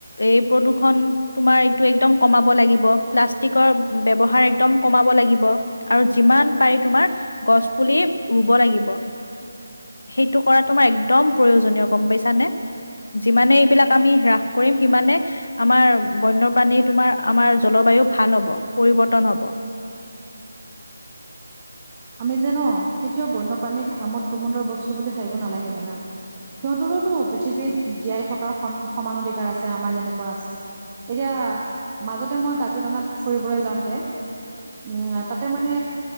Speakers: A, on the left; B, on the right.
A: এই প্ৰদূষণ তোমাৰ একদম কমাব লাগিব প্লাষ্টিকৰ ব্যৱহাৰ একদম কমাব লাগিব আৰু যিমান পাৰি তোমাৰ গছ পুলি ৰুব লাগিব। সেইটো কৰা তোমাৰ একদম প্ৰয়োজনীয় গম পাইছানে যিমানে এইবিলাক আমি হ্ৰাস কৰিম সিমানে আমাৰ বন্যপ্ৰাণীৰ তোমাৰ আমাৰ জলবায়ু ভাল হ'ব পৰিৱৰ্তন হ'ব
B: আমি যে ন কেতিয়াও বন্যপ্ৰাণীক আমোদ প্ৰমোদৰ বস্তু বুলি ভাবিব নালাগে জানা সিহঁতৰোতো পৃথিৱীত জীয়াই থকাৰ সমান অধিকাৰ আছে আমাৰ যেনেকুৱা আছে এতিয়া মাজতে মই কাজিৰঙাত ফুৰিবলৈ যাওঁতে উম তাতে মানে